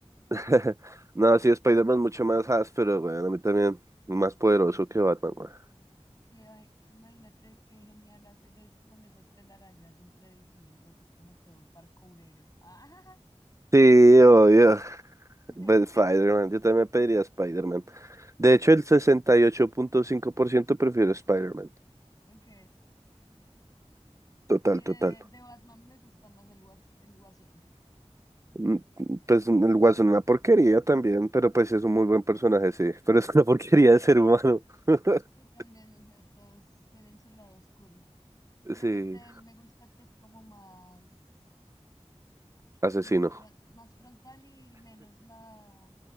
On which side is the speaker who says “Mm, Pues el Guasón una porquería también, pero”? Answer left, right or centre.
Right